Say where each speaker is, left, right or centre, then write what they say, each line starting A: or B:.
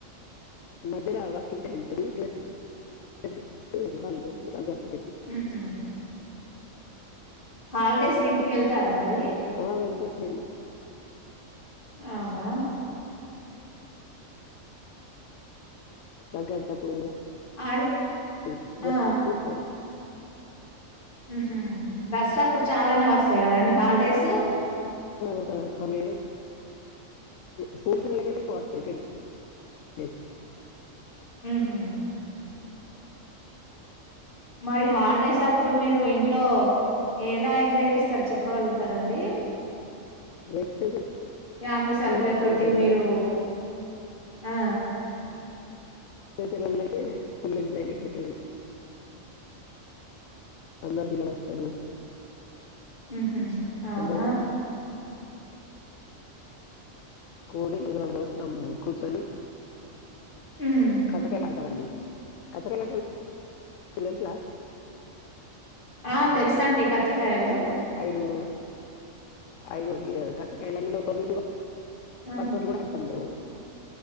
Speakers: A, on the left (about 70°); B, on the left (about 40°).
A: మధ్యలో వర్కింగ్ డే ఉంటంది <unintelligible>
B: ఉహు హాలిడేస్ కి ఇంటికి ఎళ్తారా మరి
A: ఆ వెళ్తానండి
B: అవునా
A: సంక్రాంతి అప్పుడు
B: అ
A: ఈ దసరా
B: ఆ
A: అప్పుడు ఎక్కువ
B: ఉహుం దసరా అప్పుడు చాలానే వస్తాయి కదా అండి హాలిడేస్
A: ఒక నాలుగై స్కూల్ పిల్లలక అైతే ఎక్కువ వస్తాయి <unintelligible>
B: ఉ హు మరి హాలిడేస్ అప్పుడు మీరు ఇంట్లో ఎలా ఎంజాయ్ చేస్తారు చెప్పగలుగుతారండి
A: వేసవి
B: ఫ్యామిలీ
A: సెలవులు
B: సభ్యుల
A: అయితే ఎక్కువ
B: తోటి
A: ఉంటాయి కదా
B: మీరు ఆ
A: <unintelligible> ఫుల్ ఎంజాయ్మెంట్ ఉంటుంది అందరు పిల్లలస్తారు
B: ఉ హుం అవునా
A: అందరూ కోడి వివరాలు దోస్త్ కుల్స్వామి
B: హ్మ్.
A: కస్తకాయలాడుతాంమండి <unintelligible> అంట తెలుసా
B: ఆ తెలుసాండి కచ్చకాయలు
A: ఐదు ఐదు గచ్చ కలలో తొమ్మిది
B: ఆహా!
A: పట్టోట్లుతంండవు